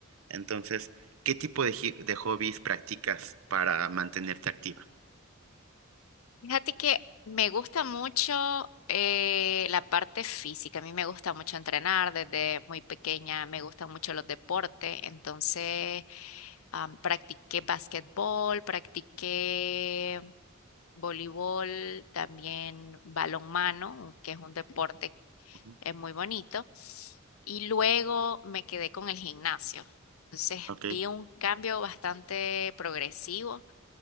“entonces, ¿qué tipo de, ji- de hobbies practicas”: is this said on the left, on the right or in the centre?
Right